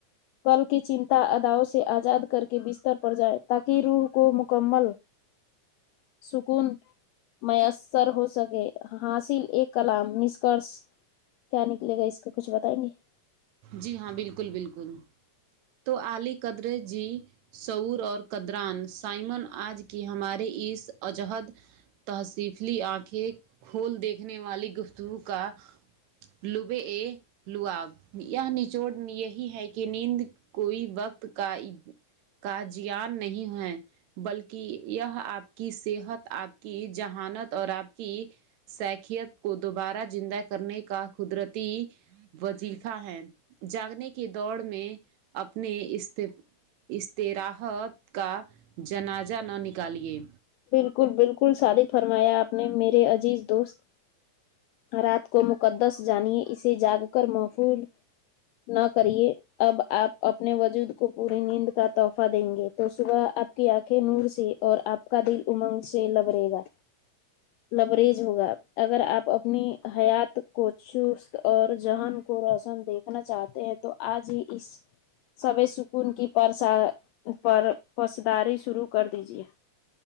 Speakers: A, on the left (about 85°); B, on the right (about 75°).
A: کل کی چنتا اداؤ سے آزاد کر کے بستر پر جائیں تاکہ روح کو مکمل سکون میسر ہو سکے حاصل ایک کلام نشکرش کیا نکلے گا اس کو کچھ بتائیں گے
B: جی ہاں بلکل بلکل تو علی قدرے جی سور اور قدران سائمن آج کی ہمارے اس عجہد تحصیفلی آنکھیں کھول دیکھنے والی گفتگو کا لبے اے لو آب یہ نچوڑ یہی ہے کہ نیند کوئی وقت کا کا جیان نہیں ہے بلکہ یہ آپ کی صحت آپ کی جہانت اور آپ کی سخیت کو دوبارہ زندہ کرنے کا قدرتی وز کا ہے جاگنے کے دوڑ میں اپنے اس اتراحت کا جنازہ نہ نکالیے
A: بلکل بلکل صادق فرمایا آپ نے میرے عزیز دوست رات کو مقدس جانیے اسے جاگ کر محفول نہ کریے اب آپ اپنے وجود کو پوری نیند کا تحفہ دیں گے تو صبح آپ آ کی آنکھیں نور سے اور آپ کا دل امنگ سے لبرےگا لبریز ہوگا اگر آپ اپنی حیات کو چست اور جذہن کو روشن دے کرنا چاہتے ہیں تو آج ہی اس سو سکون کی پرس پر پسداری شروع کر دیجیے